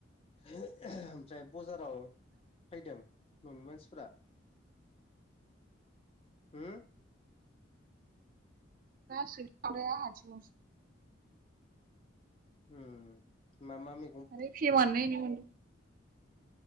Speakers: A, on the left; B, on the right.
A: ओमफ्राय ब'जाराव फैदों न'नि मानसिफ्रा? हुम
B: <unintelligible>
A: उम मामा मि
B: माने फेवाननायनायनि मोनदो।